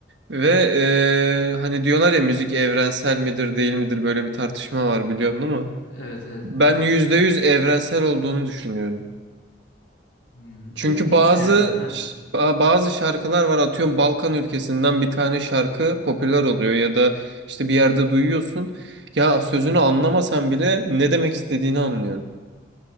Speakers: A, on the right (about 65°); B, on the left (about 80°).
A: Ve eee, hani diyorlar ya müzik evrensel midir değil midir böyle bir tartışma var biliyorsun değil mi?
B: Evet evet
A: Ben
B: klasik.
A: %100 evrensel olduğunu düşünüyorum.
B: Hmm,
A: Çünkü
B: Peki niçin
A: bazı
B: Evrim? <laughs>
A: ba- bazı şarkılar var atıyorum Balkan ülkesinden bir tane şarkı popüler oluyor ya da işte bir yerde duyuyorsun. Ya sözünü anlamasan bile ne demek istediğini anlıyorsun.